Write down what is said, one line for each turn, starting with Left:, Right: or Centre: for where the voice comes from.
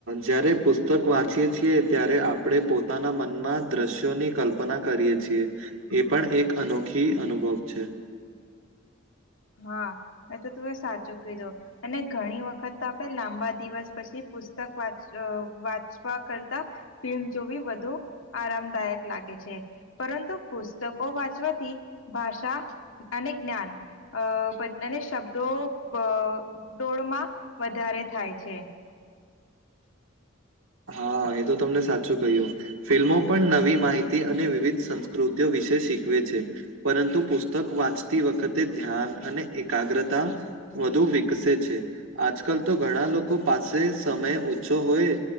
Right: જયારે પુસ્તક વાંચીએ છીએ ત્યારે આપણે પોતાના મનમાં દ્રશ્યોની કલ્પના કરીએ છીએ એ પણ એક અનોખી અનુભવ છે
Left: હા એ તો તું સાચું કીધું અને ઘણી વખત તો આપણે લાંબા દિવસ પછી પુછ પુસ્તક વાંચવા કરતા ફિલ્મ જોવી વધુ આરામદાયક લાગે છે પરંતુ પુસ્તકો વાંચવાથી ભાષા અને જ્ઞાન અ અને શબ્દો અ ડોળમાં વધારે થાય છે
Right: હા એ તો તમને સાચું કહ્યું ફિલ્મો પણ નવી માહિતી અને વિવિધ સંસ્કૃતિઓ વિષે શીખવે છે પરંતુ પુસ્તક વાંચતી વખતે ધ્યાન અને એકાગ્રતા વધુ વિકસે છે આજકાલ તો ઘણા લોકો પાસે સમય ઓછો હોય